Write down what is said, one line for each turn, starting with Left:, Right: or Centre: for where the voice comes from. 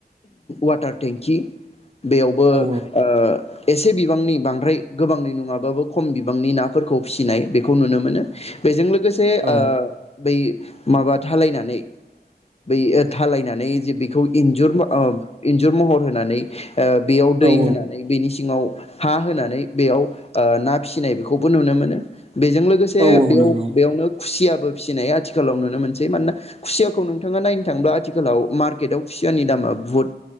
Left: वाटार टेंकि बेयावबो
Right: औ
Left: ओ एसे बिबांनि बांद्राय गोबांनि नङाबाबो खम बिबांनि नाफोरखौ फिसिनाय बेखौ नुनो मोनो बेजों लोगो गोसे
Right: औ
Left: ओ बै माबा थालायनानै बै ओ थालायनानै जे बेखौ इन्जुर ओ इन्जुर महर होनानै ओ बेयाव
Right: औ
Left: दै होनानै बिनि सिङाव <inaudible> हा होनानै बेयाव ओ ना फिसिनाय बेखौबो नुनो मोनो। बेजों लोगोसे
Right: औ
Left: बेयाव
Right: नंगौ
Left: बेयावनो खुसिया फिसिनाय आथिखालाव नुनो मोनसै मानोना खुसियाखौ नोंथाङा नायनो थाब्ला आथिखालाव मार्केटआव खुसियानि दामा बुहुत